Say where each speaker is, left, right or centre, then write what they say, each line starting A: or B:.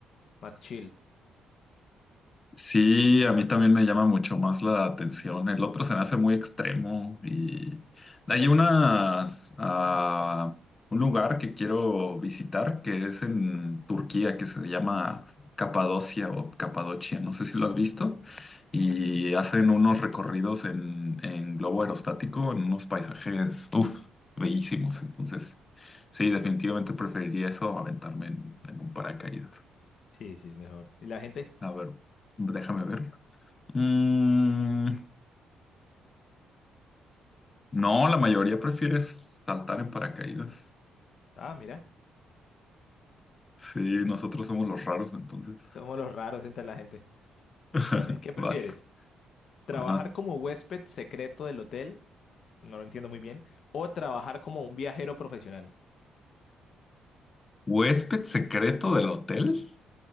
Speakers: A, on the left; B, on the left.
A: más chill.
B: Sí, a mí también me llama mucho más la atención. El otro se me hace muy extremo y hay unas, ah, un lugar que quiero visitar que es en Turquía, que se llama Capadocia o Capadocia, no sé si lo has visto, y hacen unos recorridos en, en globo aerostático, en unos paisajes, uff, bellísimos. Entonces, sí, definitivamente preferiría eso a aventarme en, en un paracaídas.
A: Sí, sí, es mejor. ¿Y la gente?
B: A ver, déjame ver. Mm, no, la mayoría prefiere saltar en paracaídas.
A: Ah, mira,
B: Sí, nosotros somos los raros entonces.
A: somos los raros entre la gente.
B: <laughs>
A: Bueno, ¿y qué prefieres?
B: Vas.
A: Trabajar
B: Ajá.
A: como huésped secreto del hotel, no lo entiendo muy bien, o trabajar como un viajero profesional.
B: ¿Huésped secreto del hotel?